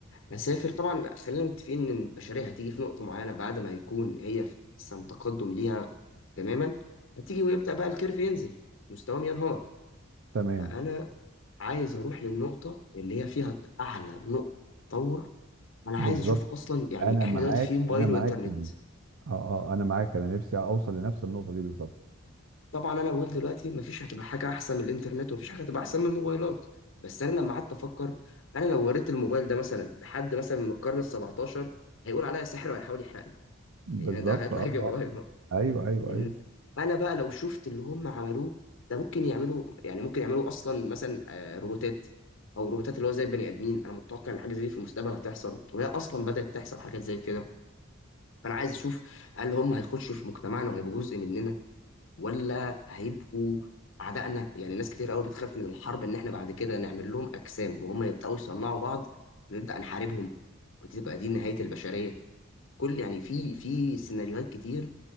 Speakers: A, on the left; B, on the right.
A: مسافر طبعا خلينا متفقين ان البشريه هتيجي في نقطه معينه بعد ما يكون هي في احسن تقدم ليها تماما هتيجي ويبدا بقى الكيرف ينزل مستواهم ينهار
B: تمام
A: فانا عايز اروح للنقطه اللي هي فيها اعلى نقطه تطور انا
B: بالظبط
A: عايز اشوف اصلا يعني
B: انا
A: احنا
B: معاك
A: دلوقتي في موبايل
B: انا معاك
A: وانترنت
B: في دي اه اه انا معاك انا نفسي اوصل لنفس النقطة دي بالظبط
A: طبعا انا بقول دلوقتي مفيش هتبقى حاجه احسن من الانترنت ومفيش حاجه هتبقى احسن من الموبايلات بس انا لما قعدت افكر انا لو وريت الموبايل ده مثلا لحد مثلا من القرن ال 17 هيقول عليا ساحر وهيحاول يحرقني
B: بالظبط
A: يعني ده هيطلع
B: اه اه
A: يجري ورايا
B: ايوه ايوه
A: إن
B: ايوه
A: أنا بقى لو شفت اللي هم عملوه ده ممكن يعملوا يعني ممكن يعملوا أصلا مثلا آه، روبوتات أو روبوتات اللي هو زي البني آدمين أنا متوقع إن حاجة زي دي في المستقبل هتحصل وهي أصلا بدأت تحصل حاجات زي كده فأنا عايز أشوف هل هم هيخشوا في مجتمعنا وهيبقوا جزء مننا ولا هيبقوا أعدائنا يعني ناس كتير قوي بتخاف من الحرب إن إحنا بعد كده نعمل لهم أجسام وهم يبدأوا يصنعوا بعض ونبدأ نحاربهم وتبقى دي نهاية البشرية كل يعني في في سيناريوهات كتير